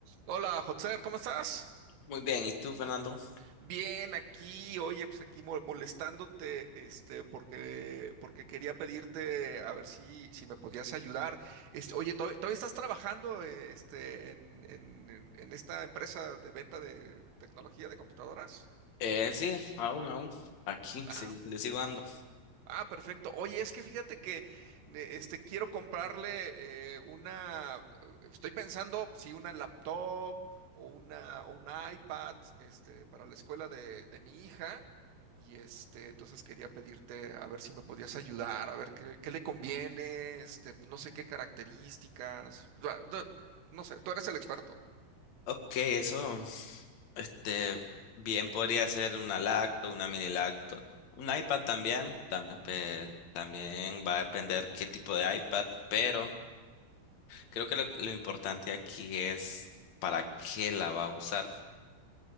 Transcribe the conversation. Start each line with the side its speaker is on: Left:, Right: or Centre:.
Right: Hola, Hotzer, ¿cómo estás?
Left: Muy bien, ¿y tú, Fernando?
Right: Bien, aquí, oye, pues aquí mo- molestándote, este, porque, porque quería pedirte a ver si, si me podías ayudar. Este, oye, ¿todavía, todavía estás trabajando, eh, este, en, en, en en esta empresa de venta de tecnología de computadoras?
Left: Eh, sí, aún, aún. Aquí,
Right: Ah,
Left: sí, le sigo dando.
Right: Ah, perfecto. Oye, es que fíjate que ne- este quiero comprarle eh, una. Estoy pensando si una laptop o una o un iPad este, para la escuela de, de mi hija. Y este, entonces quería pedirte a ver si me podías ayudar, a ver qué, qué le conviene, este, no sé qué características. da- da- No sé, tú eres el experto.
Left: Ok, eso, este, bien podría ser una lacto, una mini lacto. Un iPad también, también, pues, también va a depender qué tipo de iPad, pero creo que lo, lo importante aquí es para qué la va a usar.